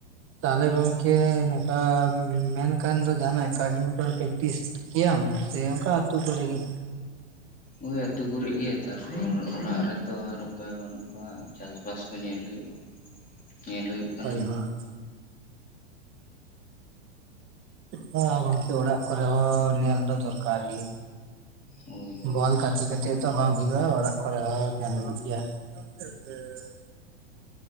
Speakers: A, on the right; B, on the left.
A: ᱛᱟᱦᱚᱞᱮ ᱜᱚᱝᱠᱮ ᱱᱚᱝᱠᱟ ᱢᱮᱱᱠᱷᱟᱱ ᱫᱚ, ᱡᱟᱦᱱᱟᱜ ᱮᱠᱟᱰᱮᱢᱤ ᱠᱚᱨᱮ ᱯᱮᱠᱴᱤᱥ ᱠᱮᱭᱟᱢ ᱥᱮ, ᱚᱱᱠᱟ ᱟᱹᱛᱩ ᱠᱚᱨᱮ ᱜᱮ?
B: ᱳᱭ ᱟᱹᱛᱩ ᱜᱩᱨᱤᱡ ᱜᱮ, ᱛᱟᱨᱯᱚᱨ ᱚᱲᱟᱜ ᱨᱮᱛᱚ ᱟᱨ ᱚᱠᱚᱭ ᱦᱚᱸ ᱵᱟᱹᱱᱩᱜ ᱠᱚᱣᱟ᱾ ᱪᱟᱥ ᱵᱟᱥ ᱠᱚ ᱧᱮᱞ ᱦᱩᱭᱩᱜᱼᱟ᱾ ᱧᱮᱞ ᱦᱩᱭᱩᱜ ᱠᱟᱱᱟ
A: ᱚᱭ ᱦᱚᱸ ᱦᱚ ᱜᱚᱝᱠᱮ ᱚᱲᱟᱜ ᱠᱚᱨᱮ ᱦᱚᱸ, ᱧᱮᱞ ᱫᱚ ᱫᱚᱨᱠᱟᱨ ᱜᱮ᱾
B: ᱦᱳᱭ ᱦᱳᱭ
A: ᱵᱚᱞ ᱜᱟᱛᱮ ᱠᱟᱛᱮᱜ ᱫᱚ ᱵᱟᱝ ᱦᱳᱭᱳᱜᱼᱟ ᱾ ᱚᱲᱟᱜ ᱠᱚᱨᱮ ᱦᱚᱸ ᱧᱮᱞ ᱦᱩᱭᱩᱼᱜ ᱜᱮᱭᱟ᱾ ᱱᱳᱛᱮ ᱛᱮ <unintelligible>